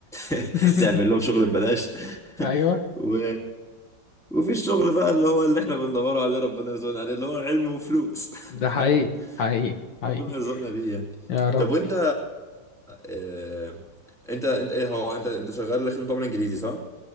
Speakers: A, in the centre; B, on the left.
A: <laughs>
B: <laughs>
A: تعمل لهم شغل ببلاش
B: ايوه
A: <laughs> و... وفي الشغل بقى اللي هو اللي احنا بندور عليه ربنا يرزقنا عليه اللي هو علم وفلوس
B: ده حقيقي
A: <laughs>
B: حقيقي حقيقي
A: ربنا يرزقنا بيه يعني
B: يا رب
A: طب وانت آه... انت انت ايه هو انت انت شغال خدمة عملاء انجليزي صح؟